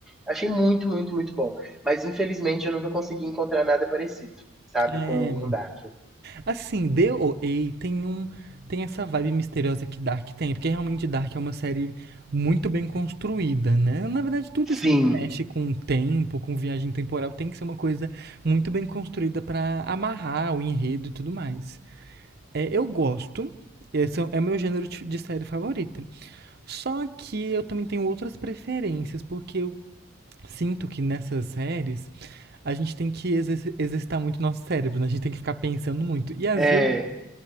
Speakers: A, in the centre; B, on the right.
A: Achei muito, muito, muito bom. Mas, infelizmente, eu nunca consegui encontrar nada parecido, sabe?
B: É,
A: Com, com Dark.
B: assim, D O DOA tem um tem essa vibe misteriosa que Dark tem, porque realmente Dark é uma série muito bem construída, né? Na verdade, tudo isso
A: Sim,
B: que mexe com o tempo, com viagem temporal, tem que ser uma coisa muito bem construída pra amarrar o enredo e tudo mais. É, eu gosto. Esse é o- é meu gênero de de série favorita. Só que eu também tenho outras preferências, porque eu sinto que nessas séries a gente tem que exer- exercitar muito nosso cérebro, né? A gente tem que ficar pensando muito. E às
A: é...
B: vezes